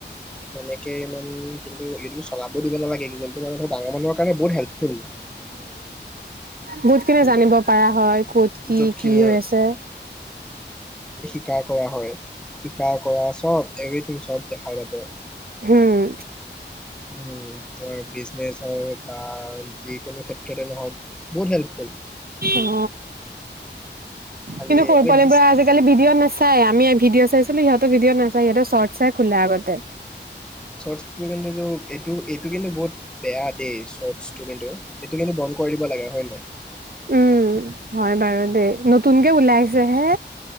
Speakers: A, in the centre; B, on the right.
A: তেনেকে ইমান কিন্তু, এইটো বচ চলাব দিব নালাগে কিন্তু, জোনটো মানে ধৰা ডাঙৰ মানুহৰ কাৰণে বহুত হেল্পফুল
B: বহুতখিনি
A: কিন্তু
B: জানিব পাৰা হয়, ক'ত কি
A: য'তখিনি
B: কি হৈ আছে।
A: শা কৰা হয়। শিকা কৰা চব, এভৰিথিং চব দেখাই তাতে।
B: হুম
A: উম তোমাৰ বিজনেচ হওঁক বা যিকোনো ক্ষেত্ৰতে নহওক বহুত হেল্পফুল।
B: অ
A: খালি
B: কিন্তু সৰু
A: খালি
B: পোৱালিবোৰে
A: দিছ
B: আজিকালি ভিডিঅ' নেচাই আমি ভিডিঅ' চাইছিলো সিহঁতে ভিডিঅ' নাচাই চৰ্ত চাই খোলা আগতে।
A: <unintelligible> এইটো এইটো কিন্তু বহুত বেয়া দেই চৰ্তচটো কিন্ত সেইটো কিন্তু বন্ধ কৰি দিব লাগে হয় নে নহয়?
B: উম, হয় বাৰু দেই, নতুনকে উলাইছে হে।